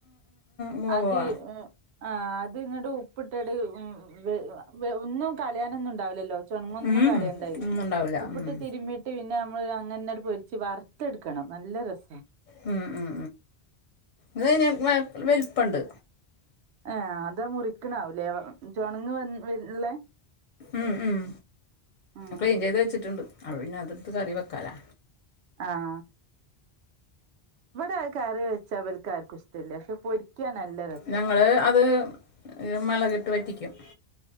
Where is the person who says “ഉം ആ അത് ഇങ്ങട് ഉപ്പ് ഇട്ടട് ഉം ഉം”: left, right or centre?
Right